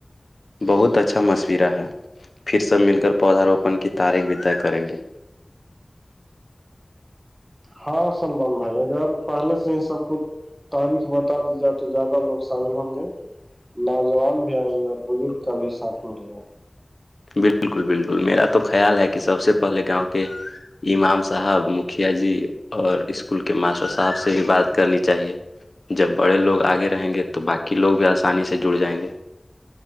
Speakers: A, on the left (about 80°); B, on the right (about 25°).
A: بہت اچھا مشورہ ہے پھر سب مل کر پودا روپن کی تاریخ بھی طے کریں گے
B: ہاں سلمان بھائی اگر پہلے سے ہی سب کچھ تاریخ بتا دی جائے تو زیادہ لوگ شامل ہوں گے نوجوان بھی آئیں گے اور بزرگ کا بھی ساتھ ملے گا
A: بالکل بالکل میرا تو خیال ہے کہ سب سے پہلے گاؤں کے امام صاحب مکھیا جی اور اسکول کے ماسٹر صاحب سے بھی بات کرنی چاہیے جب بڑے لوگ آگے رہیں گے تو باقی لوگ بھی آسانی سے جڑ جائیں گے